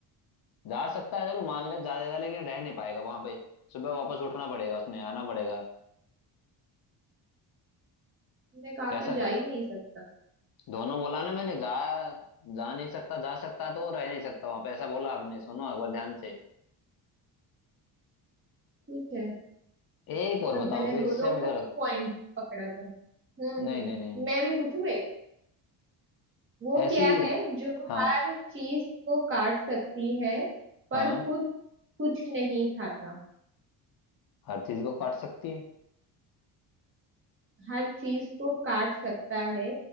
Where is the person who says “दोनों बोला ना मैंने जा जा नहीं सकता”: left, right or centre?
Left